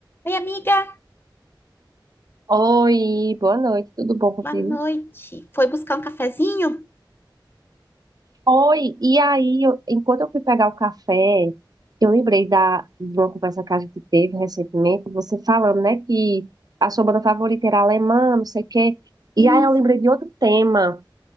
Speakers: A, on the left (about 25°); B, on the right (about 50°).
A: Oi, amiga,
B: Oi, boa noite, tudo bom contigo?
A: boa noite. Foi buscar um cafezinho?
B: Oi, e aí, eu- enquanto eu fui pegar o café, eu lembrei da, de uma conversa que a gente teve recentemente, você falando, né, que a sua banda favorita era alemã, não sei o quê.
A: Isso,
B: E aí eu lembrei de outro tema